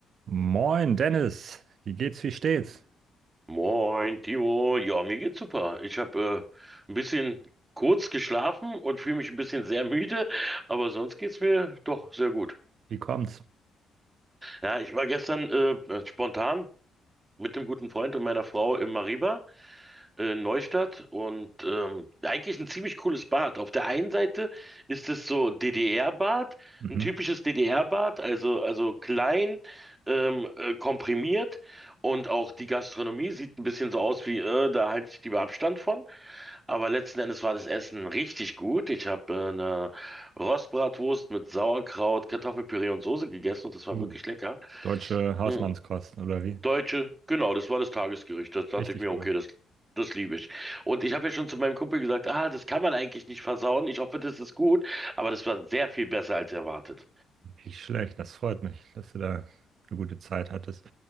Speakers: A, on the right; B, on the right.
A: Moin, Dennis. Wie geht's, wie steht's?
B: Moin, Timo. Ja, mir geht's super. Ich habe äh, ein bisschen kurz geschlafen und fühle mich ein bisschen sehr müde, aber sonst geht's mir doch sehr gut.
A: Wie kommt's?
B: Ja, ich war gestern äh, spontan mit dem guten Freund und meiner Frau im Mariba äh, Neustadt und ähm, eigentlich ein ziemlich cooles Bad. Auf der einen Seite ist es so DDR-Bad,
A: Mhm.
B: ein typisches DDR-Bad, also, also klein, ähm, äh, komprimiert und auch die Gastronomie sieht ein bisschen so aus wie, äh, da halte ich lieber Abstand von. Aber letzten Endes war das Essen richtig gut. Ich habe äh, eine Rostbratwurst mit Sauerkraut, Kartoffelpüree und Soße gegessen und das war
A: Uh,
B: wirklich lecker.
A: deutsche Hausmannskosten,
B: Mm.
A: oder wie?
B: Deutsche, genau, das war das Tagesgericht. Das dachte
A: Richtig
B: ich mir,
A: gut.
B: okay, das, das liebe ich. Und ich habe ja schon zu meinem Kumpel gesagt, ah, das kann man eigentlich nicht versauen. Ich hoffe, das ist gut. Aber das war sehr viel besser als erwartet.
A: Nicht schlecht, das freut mich, dass du da eine gute Zeit hattest.